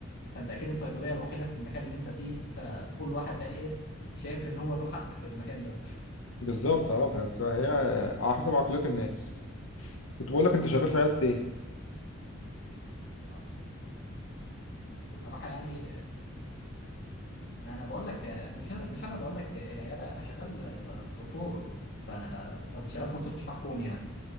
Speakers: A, on the left; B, on the left.
A: فانت اكيد الصيدليه الوحيده في المكان اللي انت فيه فكل واحد بقى ايه شايف ان هو له حق في المكان ده
B: بالظبط اه ف- فهي على حسب عقليات الناس كنت بقول لك انت شغال في عيادة ايه؟
A: آه، بصراحه يعني ما انا بقول لك مش انا مش انا بقول لك العياده انا شغال آه، دكتور ف بس شغال في مستشفى حكومي يعني